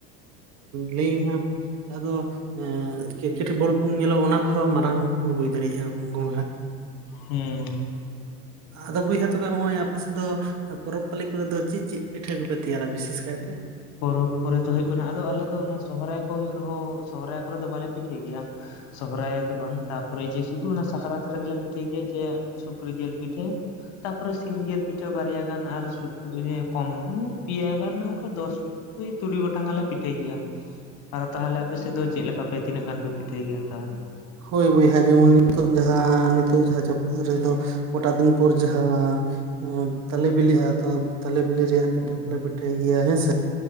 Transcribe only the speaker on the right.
ᱞᱟᱹᱧ ᱦᱚᱸ ᱡᱟᱦᱟᱸ ᱫᱚ ᱠᱨᱤᱠᱮᱴ ᱵᱚᱞ ᱵᱚᱱ ᱧᱮᱞᱚᱜ ᱚᱱᱟ ᱠᱚᱦᱚᱸ ᱢᱟᱨᱟᱝ ᱠᱚ ᱦᱩᱭ ᱫᱟᱲᱮᱭᱟᱜᱼᱟ ᱵᱚᱸ
ᱟᱫᱚ ᱵᱚᱭᱦᱟ ᱛᱚᱵᱮ ᱦᱚᱸᱜᱼᱚᱭ ᱟᱯᱮ ᱥᱮᱫ ᱫᱚ, ᱯᱚᱨᱚᱵᱽ ᱯᱟᱹᱞᱤ ᱠᱚᱨᱮ ᱫᱚ ᱪᱮᱫ ᱪᱮᱫ ᱯᱤᱴᱷᱟᱹ ᱠᱚᱯᱮ ᱛᱮᱭᱟᱨᱟ ᱵᱤᱥᱮᱥ ᱠᱟᱭᱛᱮ,
ᱦᱳᱭ ᱵᱚᱭᱦᱟ ᱡᱮᱢᱚᱱ ᱱᱤᱛᱚᱜ ᱡᱟᱦᱟᱸ ᱱᱤᱛᱚᱜ ᱡᱟᱦᱟᱸ ᱡᱟᱹᱯᱩᱫ ᱨᱮᱫᱚ ᱠᱚᱴᱟ ᱫᱤᱱ ᱯᱚᱨ ᱡᱟᱦᱟᱸ ᱛᱟᱞᱮ ᱵᱤᱞᱤᱜᱼᱟ ᱛᱚ, ᱛᱟᱞᱮ ᱵᱤᱞᱤ ᱨᱮᱭᱟᱜ ᱯᱤᱴᱷᱟᱹ
ᱠᱚᱞᱮ ᱯᱤᱴᱷᱟᱹᱭ ᱜᱮᱭᱟ ᱦᱮᱸᱥᱮ,